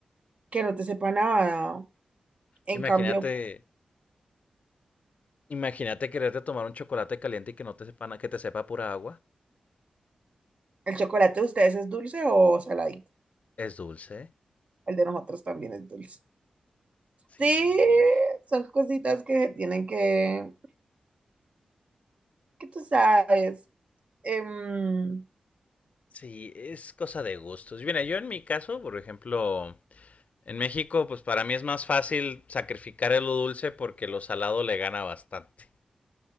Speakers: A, on the right; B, on the left.
A: que no te sepa nada. En
B: Imagínate,
A: cambio,
B: imagínate quererte tomar un chocolate caliente y que no te sepa, na- que te sepa pura agua.
A: ¿el chocolate de ustedes es dulce o saladito?
B: Es dulce.
A: El de nosotros también es dulce.
B: Sí,
A: Sí, son cositas que se tienen que, que tú sabes. Em,
B: sí, es cosa de gustos. Mira, yo en mi caso, por ejemplo, En México, pues para mí es más fácil sacrificar el lo dulce porque lo salado le gana bastante.